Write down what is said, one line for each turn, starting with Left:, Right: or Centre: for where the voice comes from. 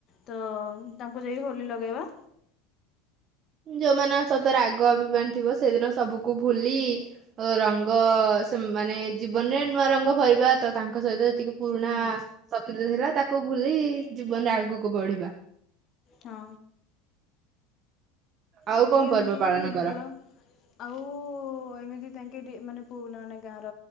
Left: ତ ତାଙ୍କୁ ଯାଇ ହୋଲି ଲଗାଇବା।
Right: ଯୋଉମାନଙ୍କ ସହିତ ରାଗ ଅଭିମାନ ଥିବ ସେଦିନ ସବୁକୁ ଭୁଲି ରଙ୍ଗ ସେ ମାନେ ଜୀବନରେ ନୂଆ ରଙ୍ଗ ଭରିବା ତ ତାଙ୍କ ସହିତ ଟିକେ ପୁରୁଣା
Left: ହୁଁ
Right: ଶତ୍ରୁତା ଥିଲା। ତାକୁ ଭୁଲି ଜୀବନରେ ଆଗୁକୁ ବଢିବା।
Left: ହଁ।
Right: ଆଉ
Left: ଆ
Right: କଣ
Left: କି ଏମିତି
Right: ପର୍ବ ପାଳନ
Left: ହିଁ ହୋଲି
Right: କର?
Left: ଖେଳ, ଆଉ ଏମିତି ତାଙ୍କେ ମାନେ ପୁଅପିଲା ମାନେ ଗାଁର